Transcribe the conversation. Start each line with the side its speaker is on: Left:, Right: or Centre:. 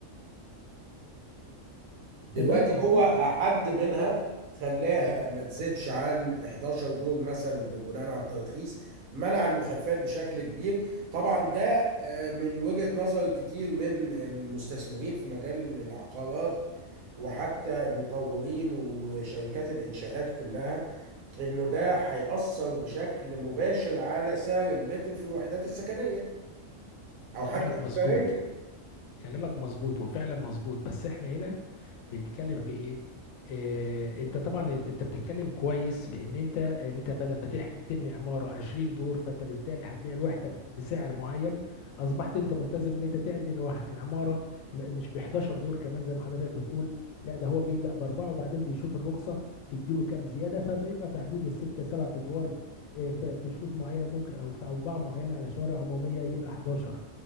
Right: دلوقتي
Left: تمام مظبوط
Right: هو حد منها خلاها ما تزيدش عن 11 دور مثلا بناء على الترخيص منع المخالفات بشكل كبير طبعا ده آه، من وجهة نظر كتير من المستثمرين في مجال العقارات وحتى المطورين وشركات الإنشاءات كلها إنه ده هيأثر بشكل مباشر على سعر المتر في الوحدات السكنية أو
Left: كلامك
Right: حتى التجارية
Left: مظبوط كلامك مظبوط وفعلا مظبوط بس احنا هنا بنتكلم في ايه إيه، انت طبعا انت بتتكلم كويس في ان انت ان انت بدل ما تح- بتبني عماره 20 دور فانت بالتالي هتبيع الوحده بسعر معين اصبحت انت ملتزم ان انت تعدي الوح- العماره م- مش ب 11 دور كمان زي ما حضرتك بتقول لا ده هو بيبدا باربعه وبعدين بيشوف الرخصه تديله كام زياده فبيبقى في حدود السته سبعة ادوار إيه، في في شروط معينه ممكن او في اوضاع معينه على شوارع عموميه يبقى 11